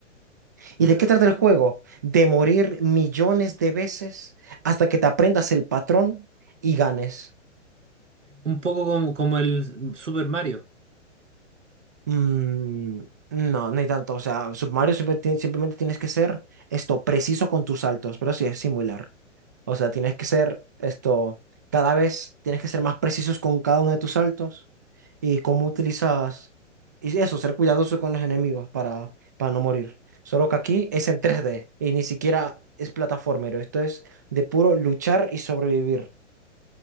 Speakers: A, on the right; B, on the right.
A: ¿Y
B: ya.
A: de qué trata el juego? De morir millones de veces hasta que te aprendas el patrón y ganes.
B: Un poco como, como el Super Mario.
A: Mm, no, no hay tanto. O sea, Super Mario siempre tie- simplemente tienes que ser esto preciso con tus saltos, pero sí es similar. O sea, tienes que ser esto, cada vez tienes que ser más precisos con cada uno de tus saltos y cómo utilizas, y eso, ser cuidadoso con los enemigos para, para no morir. Solo que aquí es en tres d y ni siquiera es plataformero. Esto es de puro luchar y sobrevivir.